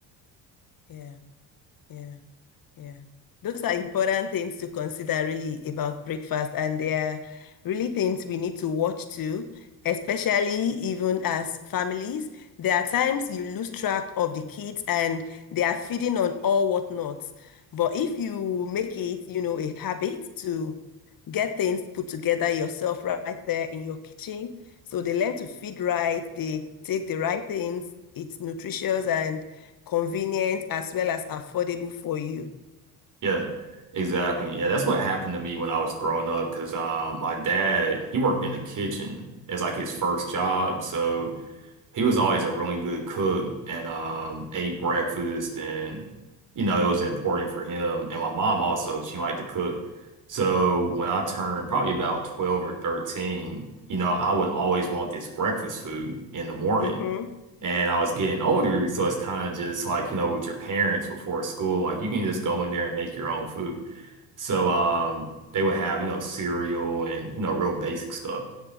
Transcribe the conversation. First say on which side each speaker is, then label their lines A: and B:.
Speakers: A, on the left (about 55°); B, on the right (about 45°).
A: Yeah. Yeah. Yeah. Those are important things to consider really about breakfast, and they are really things we need to watch too, especially even as families. There are times you lose track of the kids and they are feeding on all whatnots. But if you make it, you know, a habit to get things put together yourself right there in your kitchen, so they learn to feed right, they take the right things, it's nutritious and convenient as well as affordable for you.
B: Yeah, exactly. Yeah, that's what happened to me when I was growing up because um, my dad, he worked in the kitchen as like his first job. So He was always a really good cook and um ate breakfast and you know it was important for him. And my mom also, she liked to cook. So when I turned probably about 12 or 13, you know, I would always want this breakfast food in the morning.
A: Mm-hmm.
B: And I was getting older, so it's kind of just like, you know, with your parents before school, like you can just go in there and make your own food. So um they would have, you know, cereal and, you know, real basic stuff.